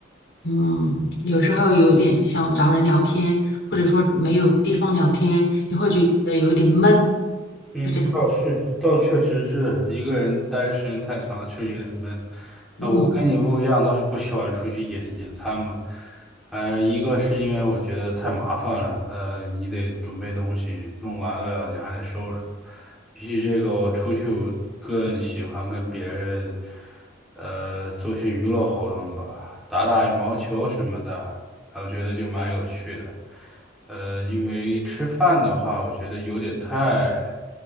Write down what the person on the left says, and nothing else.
嗯，有时候有点想找人聊天，或者说没有地方聊天，你会觉得有点闷，
是这样子。
嗯，